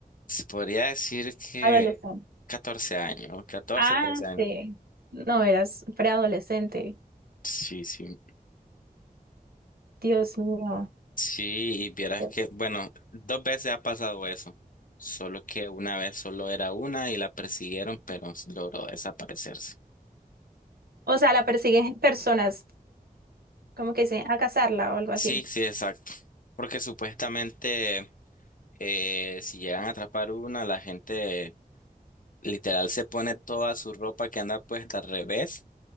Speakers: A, on the left; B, on the right.
A: se podría decir que
B: Adolescente.
A: 14 años, 14
B: Ah,
A: 13 años.
B: sí. No, eras preadolescente.
A: Sí, sí.
B: Dios mío.
A: Sí, y vieras
B: pues.
A: que, bueno, dos veces ha pasado eso. Solo que una vez solo era una y la persiguieron, pero logró desaparecerse.
B: O sea, la persiguen personas, como que dicen, a cazarla o algo así.
A: Sí, sí, exacto. Porque supuestamente eh, si llegan a atrapar una, la gente literal se pone toda su ropa que anda puesta al revés